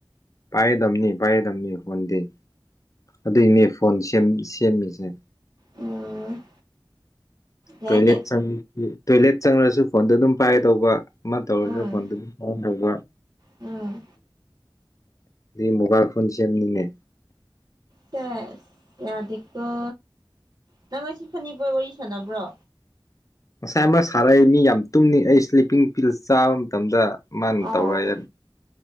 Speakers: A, on the left (about 40°); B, on the right (about 50°).
A: ꯄꯥꯏꯒꯗꯝꯅꯤ ꯄꯥꯏꯒꯗꯝꯕꯅꯤ ꯐꯣꯟꯗꯤ ꯑꯗꯨꯏꯅꯦ ꯐꯣꯟ ꯁꯦꯝꯃꯤꯁꯦ
B: ꯎꯝ ꯌꯥꯏꯅꯦ
A: ꯇꯣꯏꯂꯦꯠ ꯆꯪ ꯇꯣꯏꯂꯦꯠ ꯆꯪꯉ꯭ꯔꯁꯨ ꯐꯣꯟꯗꯣ ꯑꯗꯨꯝ ꯄꯥꯏꯒꯦ ꯇꯧꯕ ꯑꯃ ꯇꯧꯔꯁꯨ
B: ꯎꯝ
A: ꯐꯣꯟꯗꯨꯗꯤ <inaudible>
B: ꯎꯝ
A: ꯑꯗꯨ ꯃꯣꯕꯥꯏꯜ ꯐꯣꯟ ꯁꯦꯝꯕꯅꯤꯅꯦ
B: ꯁꯦꯁ ꯌꯥꯗꯤꯀꯣ ꯅꯪ ꯉꯁꯤ <unintelligible> ꯋꯥꯔꯤ ꯁꯥꯟꯅꯕ꯭ꯔꯣ
A: ꯉꯁꯥꯏ ꯑꯃ ꯁꯥꯔꯛꯏ ꯃꯤ ꯌꯥꯝ ꯇꯨꯝꯅꯤ ꯑꯩ ꯏꯁ꯭ꯂꯤꯞꯄꯤꯡ ꯄꯤꯜ ꯆꯥꯕ ꯃꯇꯝꯗ ꯃꯥꯅ
B: ꯑꯣ
A: ꯇꯧꯔꯛꯦꯅ